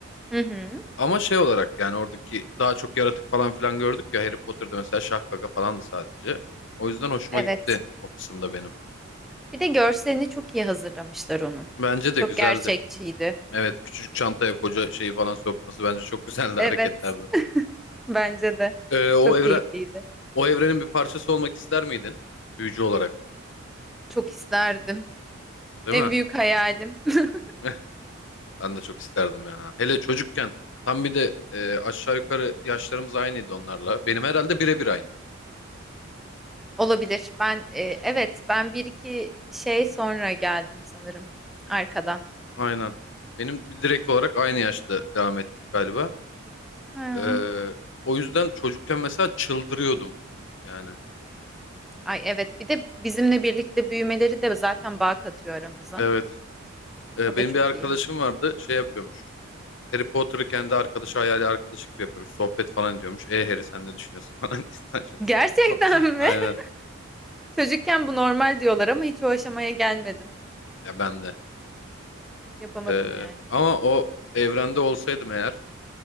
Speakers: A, in the centre; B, on the left.
A: Hı hı.
B: Ama şey olarak yani oradaki daha çok yaratık falan filan gördük ya Harry Potter'da mesela şah gaga falandı sadece. O yüzden hoşuma
A: Evet.
B: gitti o kısımda benim.
A: Bir de görselini çok iyi hazırlamışlar onun.
B: Bence de
A: Çok
B: güzeldi.
A: gerçekçiydi.
B: Evet, küçücük çantaya koca şeyi falan sokması bence çok <laughs> güzeldi
A: Evet,
B: hareketlerdi.
A: bence de.
B: Ee, o
A: Çok
B: evre
A: keyifliydi.
B: o evrenin bir parçası olmak ister miydin? Büyücü olarak,
A: Çok isterdim.
B: değil
A: En
B: mi?
A: büyük hayalim. <laughs>
B: Eh, ben de çok isterdim ya. Hele çocukken tam bir de e, aşağı yukarı yaşlarımız aynıydı onlarla. Benim herhalde birebir aynı.
A: Olabilir. Ben e, evet, ben bir iki şey sonra geldim sanırım arkadan.
B: Aynen. Benim direkt olarak aynı yaşta devam ettik galiba.
A: Ha.
B: Ee, o yüzden çocukken mesela çıldırıyordum. Yani.
A: Ay evet bir de bizimle birlikte büyümeleri de zaten bağ katıyor aramıza.
B: Evet. Ee,
A: O
B: benim
A: da çok
B: bir arkadaşım
A: iyi.
B: vardı, şey yapıyormuş. Harry Potter'ı kendi arkadaşı hayali arkadaşı gibi yapıyormuş. Sohbet falan ediyormuş. E Harry sen ne düşünüyorsun <laughs> falan. Saçma sapan.
A: Gerçekten
B: <laughs>
A: mi?
B: Aynen.
A: <laughs> Çocukken bu normal diyorlar ama hiç o aşamaya gelmedim.
B: Ya ben de.
A: Yapamadım
B: Ee,
A: yani.
B: ama o evrende olsaydım eğer